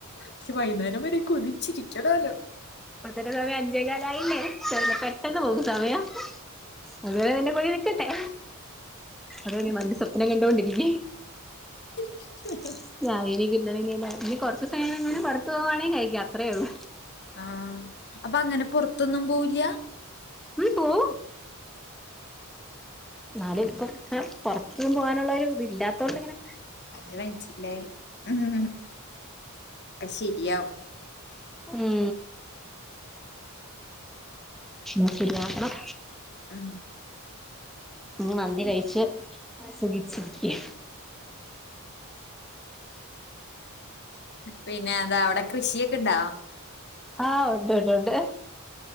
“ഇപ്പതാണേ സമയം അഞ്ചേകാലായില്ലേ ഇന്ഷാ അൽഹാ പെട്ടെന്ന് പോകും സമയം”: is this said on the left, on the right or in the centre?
Centre